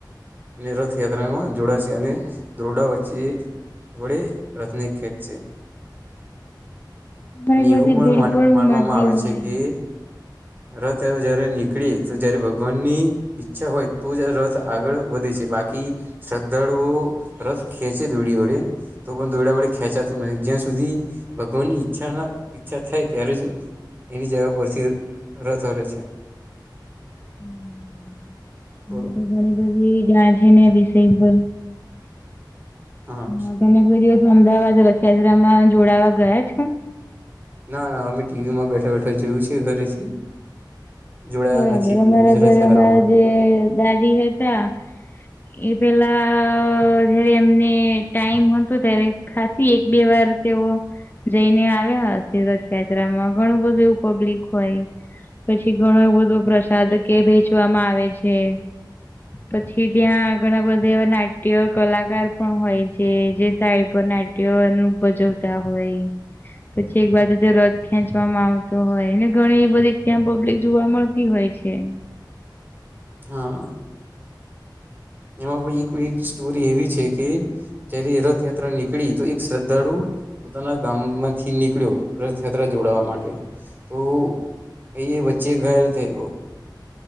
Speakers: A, on the right (about 25°); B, on the left (about 25°).
A: અને રથયાત્રામાં જોડાશે અને દરોડા વચ્ચે. બડી રતની ખેત છે.
B: ઘણી
A: અને
B: બધી
A: એવું
B: ભીડ
A: પણ માનવામાં
B: ઉમટતી
A: આવે
B: હોય.
A: છે કે. રથ જયારે નીકળી તો જયારે ભગવાન ની. ઈચ્છા હોય તો જ રસ આગળ વધે છે બાકી. શ્રદ્ધાળુઓ રસ ખેંચે ધૂડી ઓળે. તો પણ દોયડા વડે ખેંચાતું નહિં, જ્યાં સુધી ભગવાન ની ઈચ્છા ના હો ઈચ્છા થાય ત્યારે જ, એની જગા પરથી રથ હલે છે.
B: હમ.
A: બોલો.
B: ઘણી બધી જાણ છે ને રિસેલ.
A: હા
B: હ તમે કોઈ દિવસ અમદાવાદ રથયાત્રામાં જોડાવા ગયા છ હ.
A: ના, ના, અમે ટીવીમાં બેઠા બેઠા જોયું છે ઘરેથી. જોડાયા
B: બરાબર,
A: નથી કોઈ
B: અમારા
A: દિવસ
B: ઘરે
A: રથયાત્રામાં
B: અમારા જે દાદી હતા, એ પેલા, જયારે એમને ટાઈમ હતો, ત્યારે ખાસી એક બે વાર તેઓ જઈને આવ્યા હસે રથયાત્રામાં, ઘણું બધું એવું પબ્લિક હોય, પછી ઘણો એવ બધો પ્રશાદ કે વેચવામાં આવે છે. પછી ત્યાં ઘણા બધા એવા નાટ્ય કલાકાર પણ હોય છે જે સાઈડ પર નાટ ટ્ય એનું ભજવતા હોય. પછી એક બાજુ જે રથ ખેંચવામાં આવતો હોય ને ઘણી બધી ત્યાં પબ્લિક જોવા મળતી હોય છે.
A: હા. એમાં પછી કોઈ એક સ્ટોરી એવી છે કે જ્યારે રથયાત્રા નીકળી તો એક શ્રદ્ધાળુ પોતાના ગામમાંથી નીકળ્યો રથયાત્રા જોડાવા માટે. તો, એ એ વચ્ચે ઘાયલ થઈ ગયો.